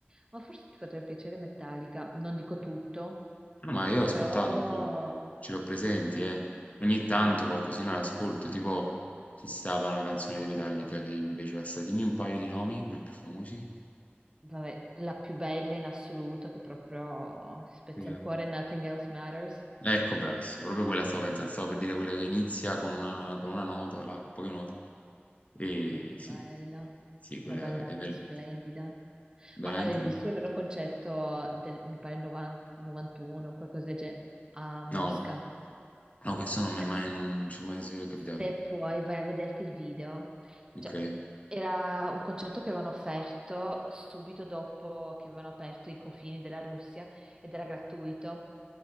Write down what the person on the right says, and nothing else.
Ma forse ti potrebbe piacere Metallica, non dico tutto,
però
mm,
vabbè, la più bella in assoluto che proprio spezza
il cuore, Nothing Else Matters.
Proprio
bella,
una
ballata
splendida.
Ma avevi visto il loro concerto del, mi pare, 90 91 qualcosa del genere, a Mosca?
Cioè,
se puoi, vai a vederti il video.
Cioè, era un concerto che avevano offerto subito dopo che avevano aperto i confini della Russia ed era gratuito.